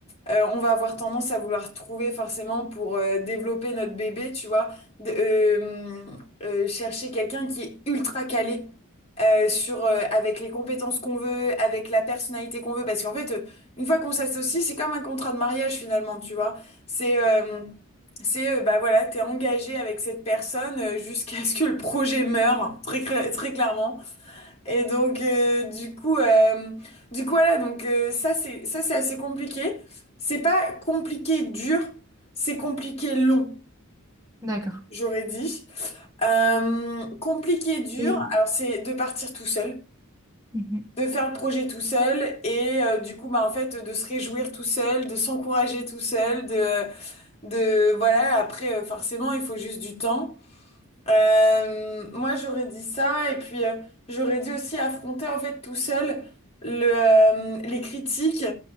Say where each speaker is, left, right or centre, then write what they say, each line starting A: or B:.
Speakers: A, on the left (about 30°); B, on the right (about 15°).
A: euh, on va avoir tendance à vouloir trouver forcément pour euh, développer notre bébé, tu vois, de- euh, euh, chercher quelqu'un qui est ultra calé euh, sur, euh, avec les compétences qu'on veut, avec la personnalité qu'on veut, parce qu'en fait, euh, une fois qu'on s'associe, c'est comme un contrat de mariage finalement, tu vois. C'est euh, c'est euh, bah voilà, t'es engagé avec cette personne euh, jusqu'à ce que le projet meure, très cla- très clairement. Et donc, euh, du coup, euh, du coup, voilà, donc euh, ça, c'est ça, c'est assez compliqué. C'est pas compliqué dur, c'est compliqué long,
B: D'accord.
A: j'aurais dit. Euh, compliqué dur,
B: Et
A: alors c'est de partir tout seul,
B: Mhm,
A: de faire le projet tout seul, et euh, du coup, bah en fait, de se réjouir tout seul, de s'encourager tout seul, de, de voilà. Après, euh, forcément, il faut juste du temps. Euh, moi, j'aurais dit ça, et puis euh, j'aurais dit aussi affronter en fait tout seul le, euh, les critiques,